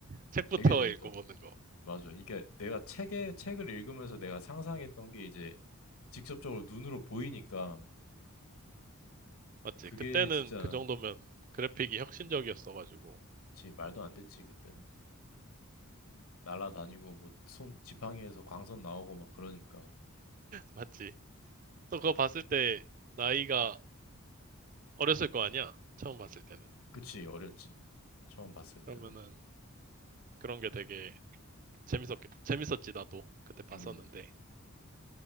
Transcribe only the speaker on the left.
되게 재밌더라고.
맞아. 이게 내가 책에, 책을 읽으면서 내가 상상했던 게 이제 직접적으로 눈으로 보이니까
그게
진짜
지 말도 안 됐지, 그때는. 날아다니고 뭐 손 지팡이에서 광선 나오고 막 그러니까
그치 어렸지 처음 봤을 때는
음